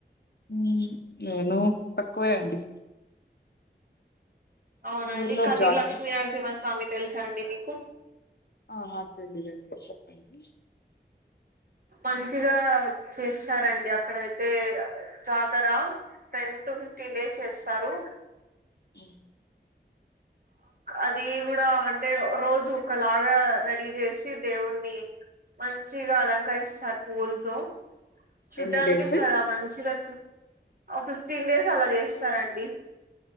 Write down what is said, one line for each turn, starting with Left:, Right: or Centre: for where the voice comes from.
Left: ఉ నేను తక్కువే అండి
Right: అవునా
Left: మీ
Right: అండి
Left: ఊర్లో
Right: కదిలి
Left: జాతర
Right: లక్ష్మీనరసింహ స్వామి తెలుసా అండి మీకు
Left: ఆహా తెలియదండి చెప్పండి
Right: మంచిగా చేస్తారండి అక్కడయితే జాతరా టెన్ టు ఫిఫ్టీన్ డేస్ చేస్తారు
Left: అవునా
Right: అది కూడా అంటే రోజు ఒకలాగా రెడీ చేసి దేవుణి మంచిగా అలంకరిస్తారు పూలతో చూడ్డానికి
Left: ఎన్ని డేస్
Right: చాలా మంచిగా ఫిఫ్టీన్ డేస్ అలా చేస్తారండి